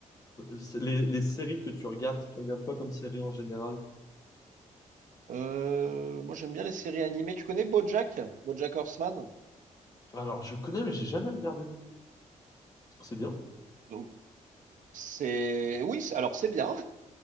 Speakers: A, on the left; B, on the right.
A: c'est les, les séries que tu regardes, tu regardes quoi comme série en général?
B: euh, moi, j'aime bien les séries animées. Tu connais BoJack, BoJack Horseman?
A: Alors, je connais, mais j'ai jamais regardé. C'est bien.
B: Donc, c'est oui, c'est- alors c'est bien,